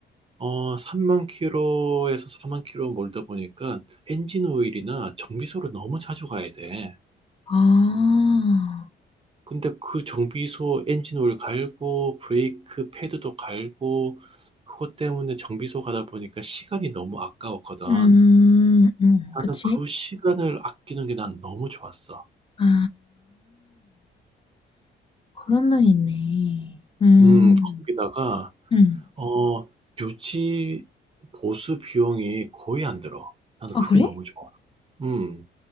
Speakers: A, on the right; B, on the left.
A: 어, 3만 킬로에서 4만 킬로 몰다 보니까 엔진 오일이나 정비소를 너무 자주 가야 돼.
B: 아,
A: 근데 그 정비소 엔진 오일 갈고 브레이크 패드도 갈고 그것 때문에 정비소 가다 보니까 시간이 너무 아까웠거든.
B: 음, 음,
A: 나는
B: 그치?
A: 그 시간을 아끼는 게 난 너무 좋았어.
B: 아, 그런 면이 있네. 음,
A: 음, 거기다가
B: 음.
A: 어, 유지 보수 비용이 거의 안 들어. 나는
B: 아,
A: 그게
B: 그래?
A: 너무 좋아. 음.